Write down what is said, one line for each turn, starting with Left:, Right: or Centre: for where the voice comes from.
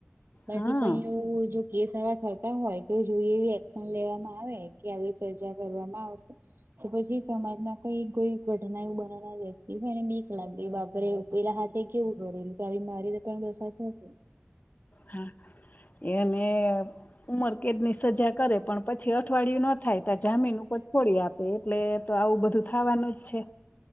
Right: તથી
Left: હા
Right: કઈ એવું જો કેસવા થતા હોય તો એ જોઈએ. લેવામાં આવે કે આવી સજા કરવામાં આવશે. તો પછી સમાજમાં કઈ કોઈ ઘટના એવું બન ના દતીને બક લાગે બાપરેવ. પેલા હાથે કેવું કર એલે તો મારી ત દશે.
Left: હા. એને ઉમર કેદ ની સજા કરે પણ પછી અઠવાડિયું ન થાય ત્યા જામીન ઉપર છોડી આપે એટલે તો આવું બધું થવાનું જ છે.